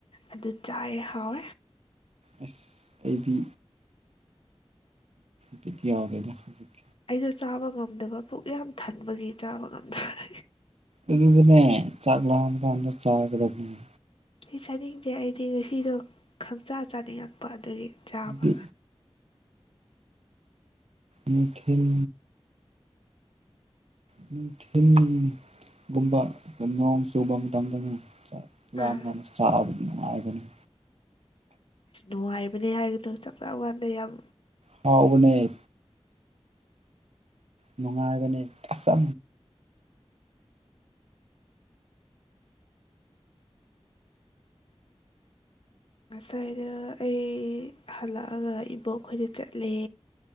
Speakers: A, on the left; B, on the right.
A: ꯑꯗꯨ ꯆꯥꯏ ꯍꯥꯎ
B: ꯑꯁ ꯑꯦꯕꯤ ꯗꯤ ꯌꯥꯗꯗ ꯍꯧꯖꯤꯛ
A: ꯑꯩꯗꯣ ꯆꯥꯕ ꯉꯝꯗꯕ ꯄꯨꯛ ꯌꯥꯝ ꯊꯟꯕꯒꯤ ꯆꯥꯕ ꯉꯝꯗꯕ
B: ꯑꯗꯨꯗꯅꯅꯦ ꯆꯥꯛ ꯂꯦꯟ ꯈ ꯆꯥ ꯀꯗꯕꯅꯦ
A: ꯁꯤ ꯆꯥꯅꯤꯡꯗꯦ ꯑꯩꯗꯤ ꯉꯁꯤꯗꯣ ꯈꯪꯆꯥꯥ ꯆꯥꯅꯤꯡꯉꯛꯄ ꯑꯗꯨꯗꯒꯤ ꯆꯥꯕ
B: ꯑꯗꯨꯗꯤ ꯃꯊꯤꯟ ꯅꯨꯡꯊꯤꯟ ꯒꯨꯝꯕ ꯅꯣꯡ ꯆꯨꯕ ꯃꯇꯝꯗꯅ ꯂꯅ
A: ꯑꯥ
B: ꯁꯕ ꯍꯥꯏꯕꯅꯤ
A: ꯑ ꯅꯨꯡꯉꯥꯏꯕꯅꯦ ꯍꯥꯏꯒꯅꯣ ꯆꯥꯛ ꯆꯥ ꯀꯥꯟꯗ ꯌꯥꯝ
B: ꯍꯥꯎꯕꯅꯦ ꯅꯨꯡꯉꯥꯏꯕꯅꯤ ꯑꯁ
A: ꯉꯁꯥꯏꯅ ꯑꯩ ꯍꯜꯂꯛꯑꯒ ꯏꯕꯣꯛꯈꯣꯏꯗ ꯆꯠꯂꯦ